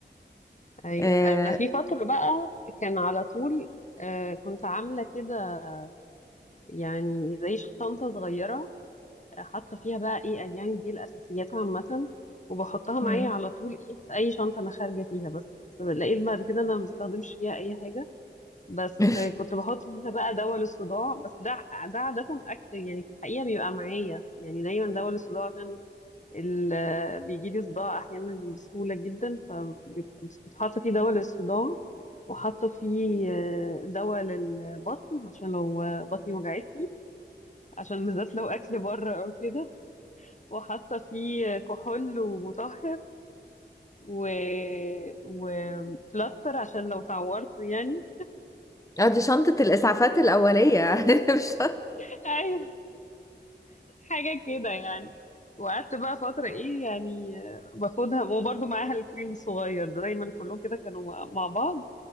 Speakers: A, on the left (about 40°); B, on the left (about 15°).
A: ايوه
B: آه.
A: انا في فتره بقى كان على طول آه كنت عامله كده يعني زي شنطه صغيره آه، حاطه فيها بقى ايه يعني دي الاساسيات عامه وبحطها
B: مم.
A: معايا على طول ايه في اي شنطه انا خارجه فيها بس لقيت بعد كده انا ما بستخدمش فيها اي حاجه بس
B: <laughs>
A: آه، كنت بحط فيها بقى دواء للصداع بس ده ده عاده اكتر يعني في الحقيقه بيبقى معايا يعني دايما دواء للصداع عشان ال- بيجي لي صداع احيانا بسهوله جدا فبيبقى- بس كنت حاطه فيه دواء للصداع وحاطه فيه آه، دواء للبطن عشان لو آه، بطني وجعتني عشان بالذات لو اكل بره او كده وحاطه فيه كحول ومطهر و وبلاستر عشان لو تعورت يعني
B: اه دي شنطة الإسعافات الأولية <laughs> مش
A: <laughs> ايوه حاجه كده يعني وقعدت بقى فترة ايه يعني آه، باخدها وبرضه معاها الكريم الصغير ده دايما كلهم كده كانوا مع مع بعض